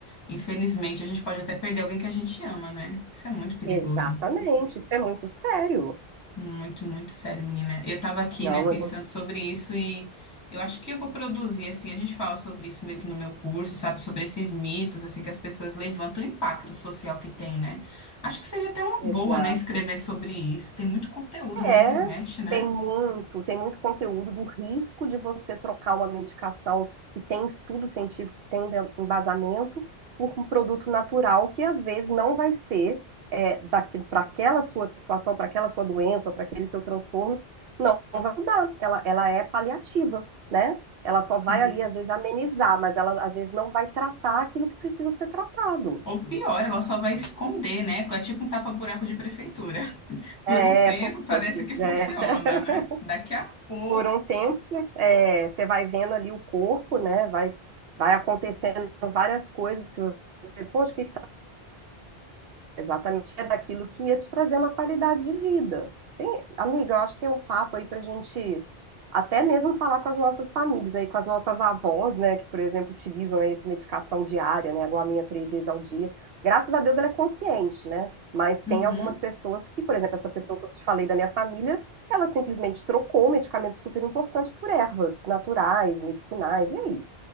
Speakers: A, on the left; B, on the right.
A: infelizmente, a gente pode até perder alguém que a gente ama, né? Isso é muito perigoso.
B: Exatamente, isso é muito sério.
A: Muito, muito sério, menina. Eu tava aqui,
B: Não,
A: né, pensando
B: a É. gente.
A: sobre isso e eu acho que eu vou produzir, assim, a gente fala sobre isso meio que no meu curso, sabe, sobre esses mitos, assim, que as pessoas levantam o impacto social que tem, né? Acho que seria até uma
B: Exato.
A: boa, né, escrever sobre isso. Tem muito conteúdo na
B: É,
A: internet, né?
B: tem muito, tem muito conteúdo do risco de você trocar uma medicação que tem estudo científico, que tem emba- embasamento, por um produto natural que às vezes não vai ser é, para aquela sua situação, para aquela sua doença, para aquele seu transtorno, não vai ajudar. Ela, ela é paliativa, né? Ela só
A: Sim.
B: vai ali, às vezes, amenizar, mas ela às vezes não vai tratar aquilo que precisa ser tratado.
A: Ou pior, ela só vai esconder, né? É tipo um tapa-buraco de prefeitura. <laughs> Por
B: É,
A: um tempo parece
B: pois
A: que funciona,
B: é. <laughs>
A: né? Daqui a pouco.
B: Por um tempo, você é, você vai vendo ali o corpo, né? Vai, vai acontecendo várias coisas que você, poxa, o que Exatamente, é daquilo que ia te trazer uma qualidade de vida. Tem, amiga, eu acho que é um papo aí pra gente até mesmo falar com as nossas famílias aí, com as nossas avós, né, que, por exemplo, utilizam aí essa medicação diária, né, a guaminha três vezes ao dia. Graças a Deus ela é consciente, né? Mas tem
A: Uhum.
B: algumas pessoas que, por exemplo, essa pessoa que eu te falei da minha família, ela simplesmente trocou o medicamento super importante por ervas naturais, medicinais. E aí?